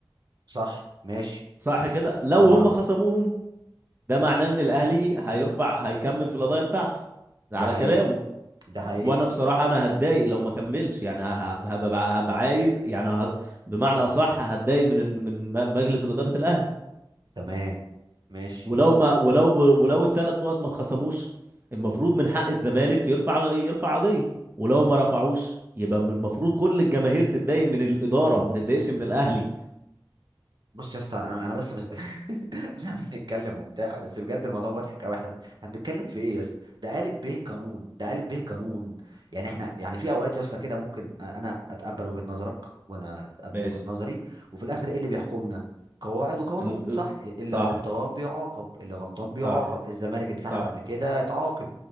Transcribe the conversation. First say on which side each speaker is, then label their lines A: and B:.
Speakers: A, on the right; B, on the right.
A: صح ماشي
B: صح كده لو
A: اه
B: هم خصموهم ده معناه ان الاهلي هيرفع هيكمل في القضيه بتاعته ده
A: ده
B: على
A: حقيقي
B: كلامه
A: ده حقيقة
B: وانا بصراحه انا هتضايق لو ما كملش يعني ه- ه- هبقى هبقى عايز يعني ه- بمعنى اصح هتضايق من من م- مجلس اداره الاهلي
A: تمام ماشي
B: ولو ما ولو ولو الثلاث نقط ما اتخصموش المفروض من حق الزمالك يرفع يرفع قضيه ولو ما رفعوش يبقى من المفروض كل الجماهير تتضايق من الاداره ما تتضايقش من الاهلي
A: بص يا اسطى انا أنا بس بس <laughs> احنا بنتكلم وبتاع بس بجد الموضوع مضحك قوي احنا ب- احنا بنتكلم في ايه يا اسطى ده قالب به قانون ده قالب به قانون يعني احنا يعني في اوقات يا اسطى كده ممكن انا اتقبل وجهة نظرك وانا اتقبل
B: ماشي
A: وجهة نظري وفي الاخر ايه اللي بيحكمنا قواعد وقانون
B: ال...
A: صح اللي
B: صح
A: غلطان بيعاقب اللي غلطان بيعاقب
B: صح
A: الزمالك انسحب
B: صح
A: قبل كده اتعاقب